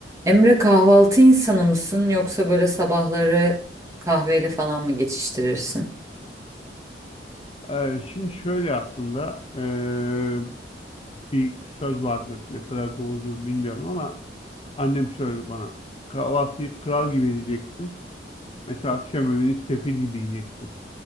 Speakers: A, on the right; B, on the left.
A: Emre kahvaltı insanı mısın yoksa böyle sabahları kahveyle falan mı geçiştirirsin?
B: Ee, şimdi şöyle aslında ee, bir söz vardır ne kadar doğrudur bilmiyorum ama annem söyledi bana kahvaltıyı kral gibi edeceksin mesela akşam yemeğini sefil gibi yiyeceksin.